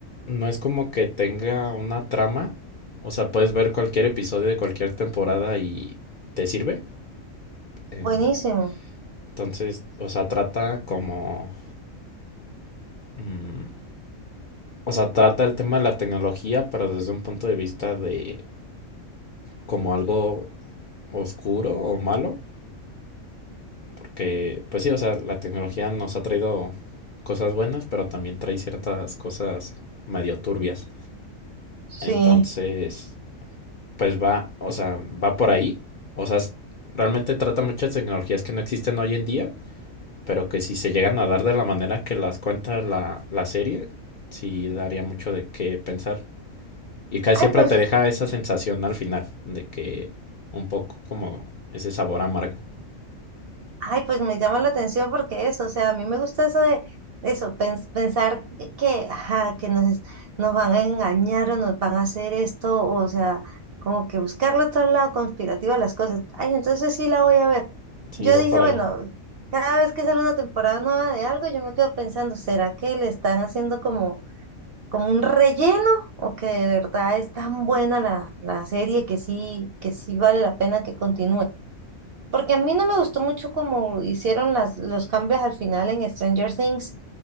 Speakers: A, on the left (about 55°); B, on the right (about 60°).
A: no es como que tenga una trama. O sea, puedes ver cualquier episodio de cualquier temporada y te sirve. Eh,
B: Buenísimo.
A: entonces, o sea, trata como... mm, o sea, trata el tema de la tecnología, pero desde un punto de vista de como algo oscuro o malo. Porque, pues sí, o sea, la tecnología nos ha traído cosas buenas, pero también trae ciertas cosas medio turbias.
B: Sí.
A: Entonces, pues va, o sea, va por ahí. O sea, es- realmente trata muchas tecnologías que no existen hoy en día, pero que si se llegan a dar de la manera que las cuenta la, la serie, sí daría mucho de qué pensar. Y casi
B: Ay,
A: siempre
B: pues
A: te deja esa sensación al final, de que un poco como ese sabor amargo.
B: Ay, pues me llama la atención porque eso, o sea, a mí me gusta eso de de eso, pens- pensar que, ajá, que nos, es- nos van a engañar o nos van a hacer esto, o sea, como que buscarle todo el lado conspirativo a las cosas. Ay, entonces sí la voy a ver.
A: Sí,
B: Yo
A: va
B: dije,
A: por
B: bueno,
A: ahí.
B: cada vez que sale una temporada nueva de algo, yo me quedo pensando, ¿será que le están haciendo como, como un relleno? ¿O que de verdad es tan buena la, la serie que sí, que sí vale la pena que continúe? Porque a mí no me gustó mucho como hicieron las, los cambios al final en Stranger Things.